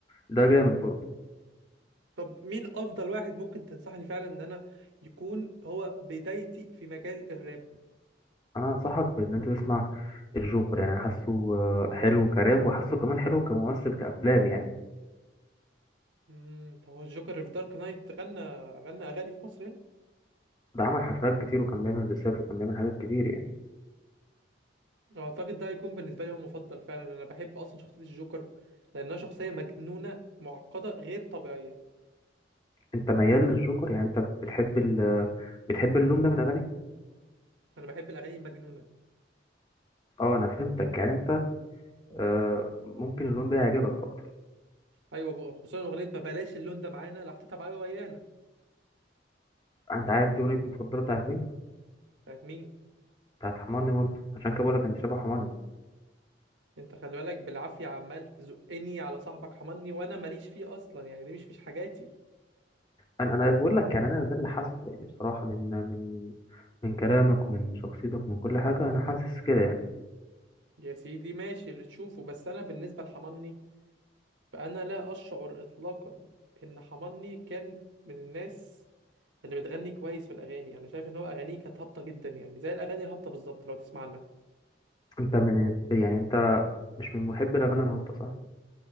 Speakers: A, on the left; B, on the right.
A: ده جامد برضه
B: طب مين افضل واحد ممكن تنصحني فعلا ان انا يكون هو بدايتي في مجال الراب
A: انا انصحك بان انت تسمع الجوكر يعني أنا حاسه آه، حلو كراب وحاسه كمان حلو كممثل كافلام يعني
B: امم طب هو الجوكر في دارك نايت غنى غنى اغاني في مصر هنا
A: ده عمل حفلات كتير وكان بيعمل ديسات وكان بيعمل حاجات كتير يعني
B: اعتقد ده هيكون بالنسبه لي هو مفضل فعلا انا بحب اصلا شخصيه الجوكر لانها شخصيه مجنونه معقده غير طبيعيه
A: انت ميال للجوكر يعني انت بتحب ال بتحب اللون ده من الاغاني
B: انا بحب الاغاني المجنونه
A: اه انا فهمتك يعني انت آه، ممكن اللون ده يعجبك اكتر
B: ايوه بقى، خصوصا اغنيه ما بلاش اللون ده معانا اللي حطيتها بعيا ويانا
A: انت عارف دي اغنيه مفضله بتاعت مين
B: بتاعت مين
A: بتاعت حماني برضه عشان كده بقول لك انت شبه حماني
B: انت خلي بالك بالعافيه عمال تزقني على صاحبك حماني وانا ماليش فيه اصلا يعني دي مش مش حاجاتي
A: انا انا بقول لك يعني انا ده اللي حاسه يعني بصراحه من من من كلامك ومن شخصيتك ومن كل حاجه انا حاسس كده يعني
B: يا سيدي ماشي اللي تشوفه بس انا بالنسبه لحماني فانا لا اشعر اطلاقا ان حماني كان من الناس اللي بتغني كويس في الاغاني انا شايف ان هو اغانيه كانت هابطه جدا يعني زي الاغاني الهابطه بالظبط لو تسمع عنها
A: انت من يعني انت مش من محبي الأغاني الهابطة صح؟